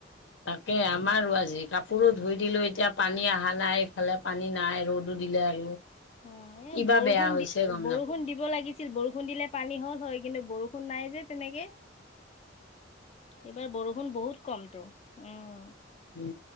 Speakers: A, on the left; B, on the left.
A: তাকে আমাৰো আজি কাপোৰো ধুই দিলো এতিয়া পানী অহা নাই ইফালে পানী নাই ৰ'দো দিলে আৰু
B: অ এ
A: কিবা
B: বৰষুণ
A: বেয়া হৈছে
B: দি
A: গম
B: বৰষুণ
A: নাপাওঁ
B: দিব লাগিছিল বৰষুণ দিলে পানী হল হয় কিন্তু বৰষুণ বৰষুণ নাই যে তেনেকে এইবাৰ বৰষুণ বহুত কমটো উম
A: উ